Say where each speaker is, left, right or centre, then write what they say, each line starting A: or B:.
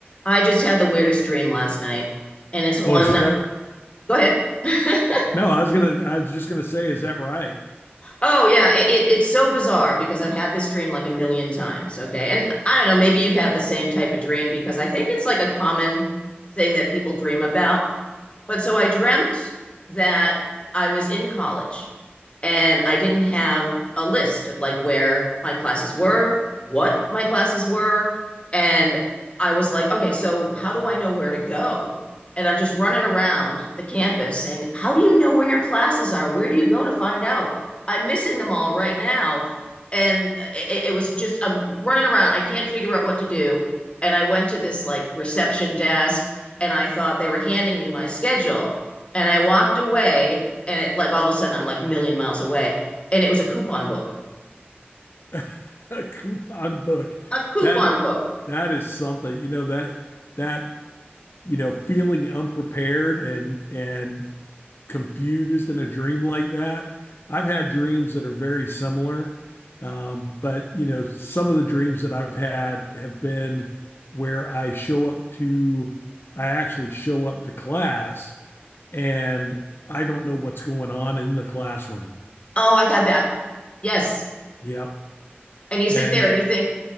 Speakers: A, on the left; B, on the left.
A: I just had the weirdest dream last night, and it's
B: Oh,
A: one.
B: is that
A: Go ahead. <laughs>
B: no? I was gonna. I was just gonna say, is that right?
A: Oh yeah, it, it, it's so bizarre because I've had this dream like a million times. Okay, and I don't know, maybe you've had the same type of dream because I think it's like a common thing that people dream about. But so I dreamt that I was in college and I didn't have a list of like where my classes were, what my classes were. And I was like, okay, so how do I know where to go? And I'm just running around the campus saying, how do you know where your classes are? Where do you go to find out? I'm missing them all right now. And it, it was just, I'm running around. I can't figure out what to do. And I went to this like reception desk and I thought they were handing me my schedule. And I walked away, and it like all of a sudden I'm like a million miles away, and it was a coupon book,
B: <laughs> A coupon book.
A: a coupon
B: That
A: book.
B: that is something. You know that that you know feeling unprepared and and confused in a dream like that. I've had dreams that are very similar, um, but you know some of the dreams that I've had have been where I show up to. I actually show up to class and I don't know what's going on in the classroom.
A: Oh, I've had that. Yes.
B: Yep.
A: And you sit
B: And
A: there and you think